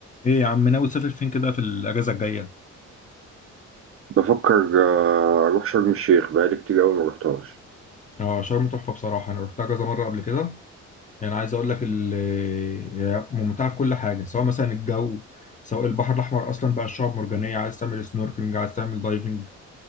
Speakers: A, on the left; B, on the right.
A: ايه يا عم ناوي تسافر فين كده في الاجازه الجايه
B: بفكر آه، اروح شرم الشيخ بقالي كتير قوي ما رحتهاش
A: اه شرم تحفة بصراحة أنا روحتها كذا مرة قبل كده يعني عايز أقول لك ال- هي ممتعة في كل حاجة سواء مثلا الجو سواء البحر الأحمر أصلا بقى الشعاب مرجانية عايز تعمل سنوركلينج عايز تعمل دايفنج